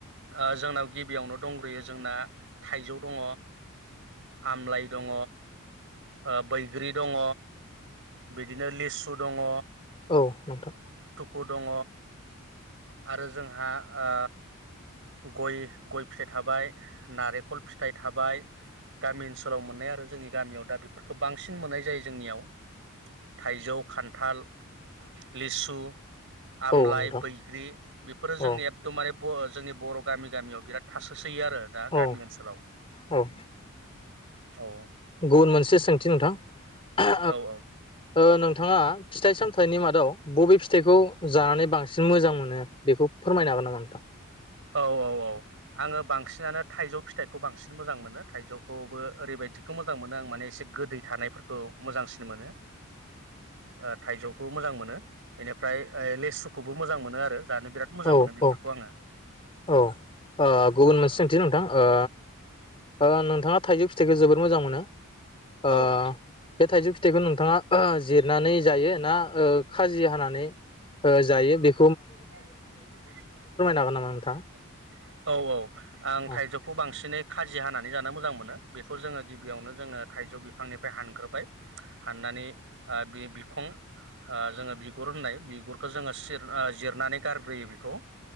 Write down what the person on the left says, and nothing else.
औ नोंथां।
औ नोंथां
औ
औ
औ
गुबुन मोनसे सोंथि नोंथां? अ
ओ नोंथाङा फिथाइ सामथाइनि मादाव बबे फिथाइखौ जानानै बांसिन मोजां मोनो? बेखौ फोरमायनो हागोन नामा नोंथां
औ
औ
औ ओ गुबुन मोनसे सोंथि नोंथां ओ ओ नोंथांङा थाइजौ फिथाइखौ जोबोर मोजां मोनो। ओ
बे थाइजौ फिथाइखौ नोंथांङा जिरनानै जायो ना ओ खाजि हानानै जायो बे
हागोन नामा नोंथाङा?
औ